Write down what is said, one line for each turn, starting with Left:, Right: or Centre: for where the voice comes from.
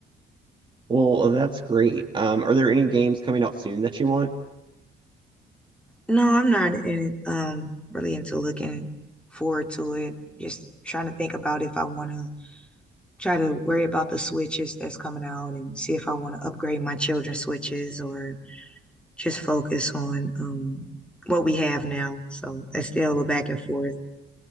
Right: Well, that's great. Um, are there any games coming out soon that you want?
Centre: No, I'm not in, um really into looking forward to it. Just trying to think about if I want to try to worry about the switches that's coming out and see if I want to upgrade my children's switches or just focus on um, what we have now. So it's still a back and forth.